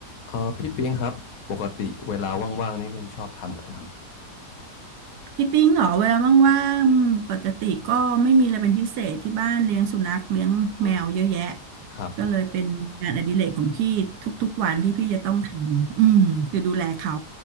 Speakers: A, on the left; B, on the right.
A: เออพี่ปิงครับปกติเวลาว่างๆนี่คือชอบทำอะไรนะครับ
B: พี่ปิ้งเหรอเวลาว่างๆปกติก็ไม่มีอะไรเป็นพิเศษที่บ้านเลี้ยงสุนัขเลี้ยงแมวเยอะแยะ
A: อืมครับ
B: ก็เลยเป็นงานอดิเรกของพี่ทุกๆวันที่พี่จะต้องทำอืมคือดูแลเขา
A: ครับ